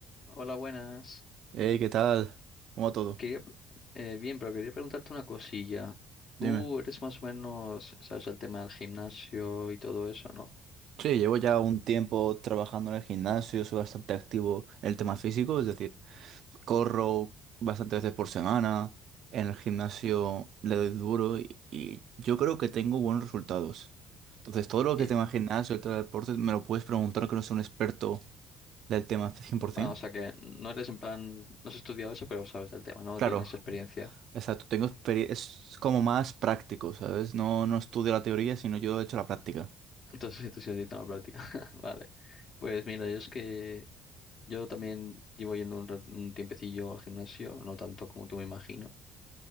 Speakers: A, on the left; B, on the right.
A: Hola, buenas.
B: Hey, ¿qué tal? ¿Cómo va todo?
A: Quería, pre- eh, bien, pero quería preguntarte una cosilla. Tú
B: Dime.
A: eres más o menos, sabes, el tema del gimnasio y todo eso, ¿no?
B: Sí, llevo ya un tiempo trabajando en el gimnasio, soy bastante activo en el tema físico, es decir, corro bastantes veces por semana, en el gimnasio le doy duro y, y yo creo que tengo buenos resultados. Entonces, todo lo
A: Y,
B: que tema gimnasio y todo el deporte me lo puedes preguntar que no soy un experto del tema 100%.
A: ah, o sea que no eres en plan, no has estudiado eso, pero sabes del tema, ¿no?
B: Claro,
A: Tienes experiencia.
B: exacto, tengo experiencia, es como más práctico, ¿sabes? No, no estudio la teoría, sino yo he hecho la práctica.
A: <laughs> Entonces, tú sí has ido a la práctica. <laughs> Vale. Pues mira, yo es que yo también llevo yendo un, ra- un tiempecillo al gimnasio, no tanto como tú me imagino.